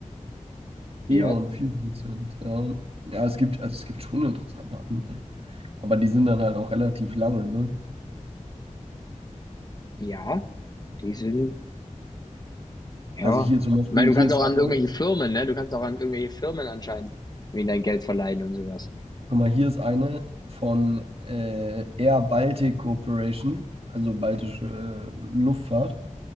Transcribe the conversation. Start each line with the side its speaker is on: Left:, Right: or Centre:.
Left: Ja,
Right: E.ON 4%. Ja. Ja, es gibt, also es gibt schon interessante Anleihen. Aber die sind dann halt auch relativ lange, ne?
Left: ja, die sind, ja.
Right: Also hier zum Beispiel,
Left: Ich meine, du
Right: hier
Left: kannst
Right: ist
Left: auch
Right: einer.
Left: an irgendwelche Firmen, ne? Du kannst auch an irgendwelche Firmen anscheinend irgendwie dein Geld verleihen und sowas.
Right: Guck mal, hier ist eine von äh, Air Baltic Corporation, also baltische äh, Luftfahrt.